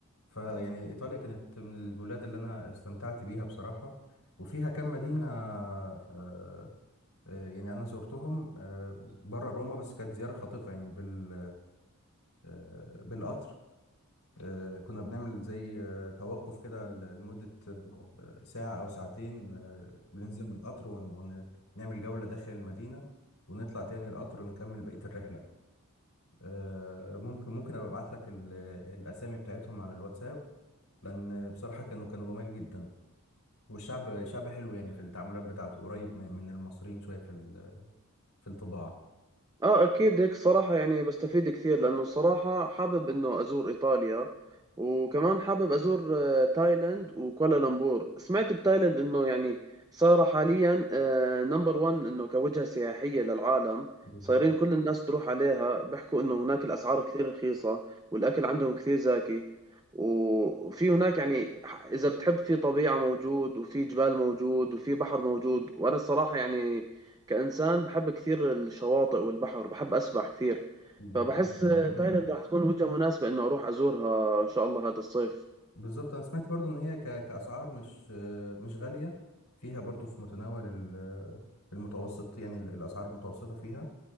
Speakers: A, on the left; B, on the right.
A: فيعني إيطاليا كانت من البلاد اللي أنا استمتعت بيها بصراحة وفيها كم مدينة آه، آه، يعني أنا زرتهم آه، بره روما بس كانت زيارة خاطفة يعني بال آه، بالقطر آه، كنا بنعمل زي آه، توقف كده ل- لمدة آه، ساعة أو ساعتين آه، بننزل من القطر ونعمل جولة داخل المدينة ونطلع تاني القطر ونكمل بقية الرحلة آه، ممكن ممكن ابقى ابعت لك ال- الاسامي بتاعتهم على الواتساب لان بصراحه كانوا كانوا جمال جدا والشعب شعب حلو يعني في التعاملات بتاعته قريب من من المصريين شويه في ال- في الطباع
B: اه اكيد هيك صراحة يعني بستفيد كثير لانه صراحة حابب انه ازور ايطاليا وكمان حابب ازور آه، تايلاند وكوالالمبور سمعت بتايلاند انه يعني صار حاليا نمبر 1 انه كوجهة سياحية للعالم
A: بالظبط
B: صايرين كل الناس تروح عليها بيحكوا انه هناك الاسعار كثير رخيصة والاكل عندهم كثير زاكي و- وفي هناك يعني ح- اذا بتحب في طبيعة موجود وفي جبال موجود وفي بحر موجود وانا الصراحة يعني كإنسان بحب كثير الشواطئ والبحر بحب أسبح كثير
A: جد-
B: فبحس
A: جدا اه جميله
B: تايلاند راح تكون وجهة مناسبة إنه أروح أزورها إن شاء الله هذا الصيف
A: بالظبط انا سمعت برضو ان هي ك- كاسعار مش آه، مش غاليه فيها برضو في متناول ال- المتوسط يعني الاسعار المتوسطه فيها